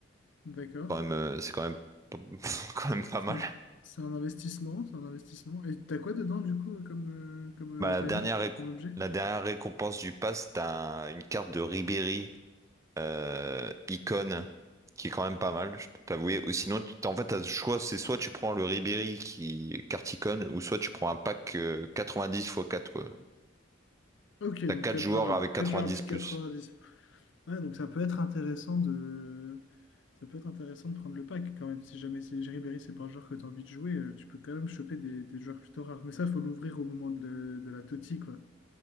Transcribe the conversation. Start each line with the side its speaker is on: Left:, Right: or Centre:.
Left: D'accord.
Right: Quand même, euh, c'est quand même, pas- <laughs> quand même pas
Left: C'est
Right: mal.
Left: un, c'est un investissement, c'est un investissement. Et t'as quoi dedans du coup comme, euh, comme euh,
Right: Bah, la
Left: value,
Right: dernière,
Left: enfin
Right: récom-
Left: comme objet?
Right: la dernière récompense du pass, t'as un- une carte de Ribéry euh, Icon, qui est quand même pas mal, je peux t'avouer. Ou sinon, tu- t'as- en fait, t'as le choix, c'est soit tu prends le Ribéry qui carte Icon, ou soit tu prends un pack euh, 90 x 4, quoi.
Left: Ok,
Right: T'as
Left: donc
Right: 4
Left: quatre
Right: joueurs
Left: joueurs à,
Right: avec 90
Left: 4 joueurs à plus
Right: plus.
Left: de 90. Ouais, donc ça peut être intéressant de... ça peut être intéressant de prendre le pack quand même. Si jamais c'est Ribéry, c'est pas un joueur que tu as envie de jouer, euh, tu peux quand même choper des, des joueurs plutôt rares. Mais ça, il faut l'ouvrir au moment de, le- de la Totti, quoi.